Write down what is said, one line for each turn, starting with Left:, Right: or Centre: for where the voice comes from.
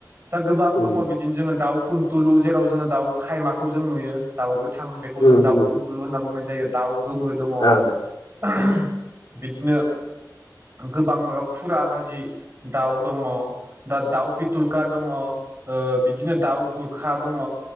Right: दा गोबां
Left: उम
Right: दङ बिदिनो जोङो दाउ दउ खुुनथुलु जेराव जोङो दाउ खायमाखौ जों नुयो दाउ गोथां बे
Left: उम
Right: जों दाउ
Left: उम
Right: फुलु होनना बुंनाय जायो दाउ गोमो दङ
Left: औ
Right: <unintelligible> बिदिनो गोबां माबा खुरा हाजि दाउ दङ दा दाउ पिथलखा दङ बिदिनो दाउ गुरखा दङ